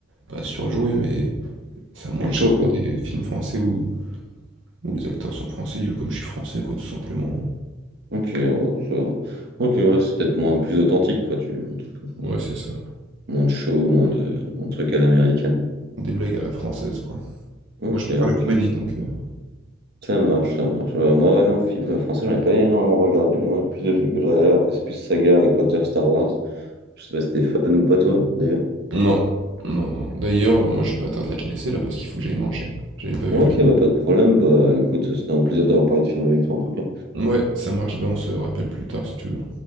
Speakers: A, on the right; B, on the right.
A: pas surjoué, mais ça a moins
B: Du
A: de
B: chaud,
A: charme
B: quoi.
A: que des films français où où les acteurs sont français, du coup, comme je suis français, quoi, tout simplement.
B: Ok, ouais, ça va. Ok, ouais, c'est peut-être moins plus authentique, quoi. Tu... un truc, euh,
A: Ouais, c'est ça.
B: Moins de show, moins de, moins de trucs à l'américaine.
A: Des blagues à la française, quoi.
B: Ok,
A: Moi, je préfère
B: ok.
A: la comédie donc heu
B: Ça marche, ça marche. Euh, moi, ouais, non, film euh, français, j'en ai pas énormément regardé. Moi, le plus de films que je regarde, après, c'est plus saga, Harry Potter, Star Wars. Je sais pas si t'es fan ou pas, toi, d'ailleurs.
A: non, non, non. D'ailleurs, euh, moi, j'ai pas tardé à te laisser là parce qu'il faut que j'aille manger. J'avais pas vu
B: Ok, bah, pas de problème. Bah, écoute, c'était un plaisir d'avoir parlé de film avec toi, en tout cas.
A: l'heure. Ouais, ça marche, bah, on se rappelle plus tard si tu veux.